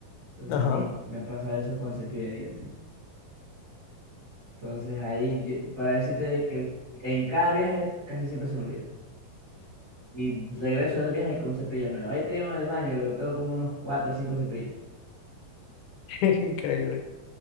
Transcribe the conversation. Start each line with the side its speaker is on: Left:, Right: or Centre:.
Right: Entonces
Left: Ajá.
Right: a mí me ha pasado eso con el cepillo de dientes. Entonces ahí, yo- para decirte de que en cada viaje casi siempre se me olvida. Y regreso del viaje con un cepillo nuevo. Ahí tengo en el baño, luego tengo como unos cuatro o cinco cepillos.
Left: <laughs> Increíble.